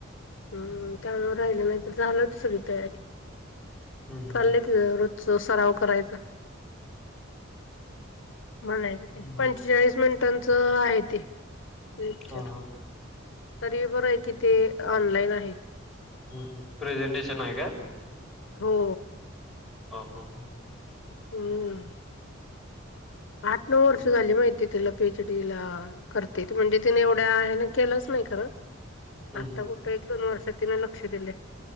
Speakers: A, on the left; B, in the centre.
A: हम्,, त्यामुळे राहिलं नाहीतर झालं हुतं सगळंऽऽ री,,
B: हम्म हम्म
A: चालेत
B: हम्म
A: रोजचं सराव. करायच.. म्हणायचं ते,,
B: हम्म
A: पंचेचाळीस
B: हम्म
A: मिनिटांचं आहे ते... लेक्चर,,
B: हा हा
A: तरी बरं आय कि ते ऑनलाइन आहे..
B: ह, ह, प्रेझेंटेशन आहे काय?
A: हो,
B: हो, हो, हो.
A: हम्म. आठ, नऊ वर्ष
B: कुठ
A: झाली माहि ती तिला पी एच डी ला करते ती, म्हणजे तिने एवढ्या ह्यान केलंच नाही खरं
B: हम्म
A: आता
B: हम्म
A: कुठं एक दोन वर्षात तिने लक्ष दिलय